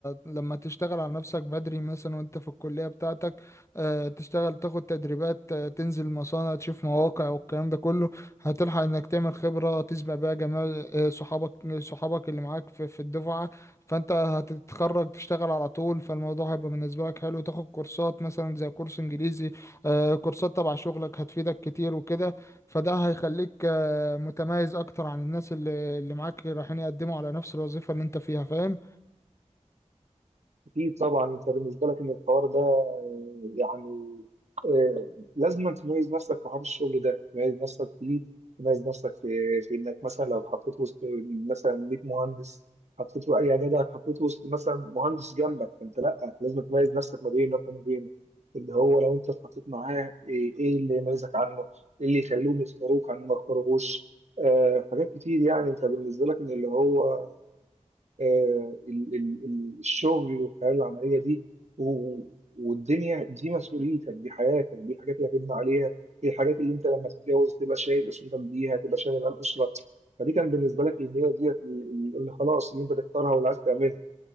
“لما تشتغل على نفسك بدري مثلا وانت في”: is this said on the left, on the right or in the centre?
Left